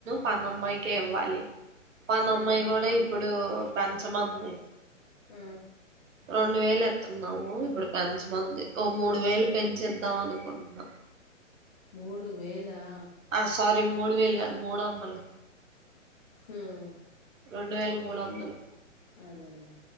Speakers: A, on the right; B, on the left.
A: పనమ్మాయికే ఇవ్వాలి పనమ్మాయి
B: ఆ,
A: కూడా ఇప్పుడు పెంచమంది
B: ఉ
A: రెండు వేలు ఎత్తున్నాము ఇప్పుడు పెంచమంది ఓ మూడు వేలు పెంచేద్దాం అనుకుంటున్నా
B: మూడు వేలా
A: ఆ సారీ మూడు వేలు కాదు మూడు వందలు
B: హుమ్
A: రెండు వేల మూడు వందలు
B: అదేలే